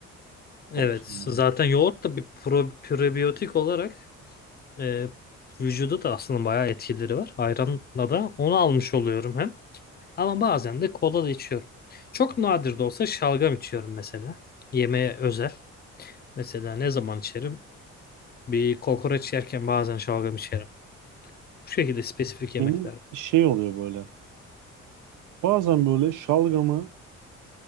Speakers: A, on the left; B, on the right.
A: Evet,
B: Çok seviyorum.
A: zaten yoğurt da bir pro, probiyotik olarak e, vücuda da aslında bayağı etkileri var. Ayranla da onu almış oluyorum hem. Ama bazen de kola da içiyorum. Çok nadir de olsa şalgam içiyorum mesela. Yemeğe özel. Mesela ne zaman içerim? Bir kokoreç yerken bazen şalgam içerim. Bu şekilde spesifik yemeklerde.
B: Benim şey oluyor böyle. Bazen böyle şalgamı